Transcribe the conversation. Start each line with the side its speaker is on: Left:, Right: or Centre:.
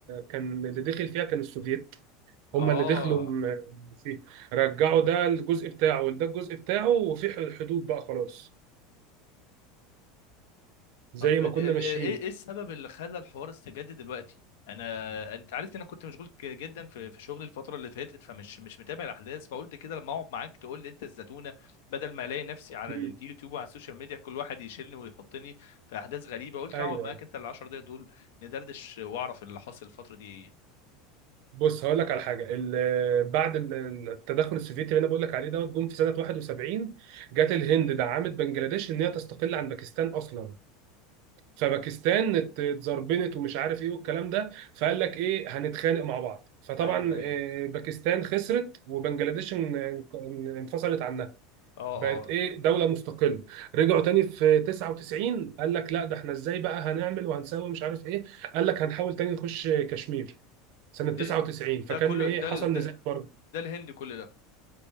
Right: كان اللي دخل فيها كان السوفييت
Left: اه
Right: هما اللي دخلوا م- فيه رجعوا ده الجزء بتاعه وده الجزء بتاعه وفي ح- حدود بقى خلاص زي
Left: طب
Right: ما
Left: دي-
Right: كنا
Left: ال-
Right: ماشيين
Left: ال- ايه ايه السبب اللي خلى الحوار استجد دلوقتي انا انت عارف ان انا كنت مشغول ك- جدا في في شغلي الفتره اللي فاتت فمش مش متابع الاحداث فقلت كده لما اقعد معاك تقول لي انت الزتونه بدل ما الاقي نفسي على
Right: مم.
Left: اليوتيوب وعلى السوشيال ميديا كل واحد يشيلني ويحطني في احداث غريبه قلت
Right: ايوه
Left: اقعد معاك
Right: ايوه
Left: انت ال 10 دقايق دول ندردش واعرف اللي حاصل الفتره دي ايه
Right: بص هقول لك على حاجه ال- بعد ال- التدخل السوفيتي اللي انا بقول لك عليه دوت جم في سنه 71 جت الهند دعمت بنجلاديش ان هي تستقل عن باكستان اصلا فباكستان ات- اتزربنت ومش عارف ايه والكلام ده فقال لك ايه هنتخانق مع بعض فطبعا
Left: ايوه ايوه
Right: آه، باكستان خسرت وبنجلاديش ان- ان- انفصلت عنها
Left: اه
Right: بقت
Left: اه
Right: ايه دولة مستقلة رجعوا تاني في 99 قال لك لا ده احنا ازاي بقى هنعمل وهنسوي مش عارف ايه قال لك هنحاول تاني نخش كشمير سنة
Left: ده
Right: 99 فكان
Left: ده كله
Right: ايه
Left: ده
Right: حصل
Left: ال- ده,
Right: نزاع برضه
Left: ده الهند كل ده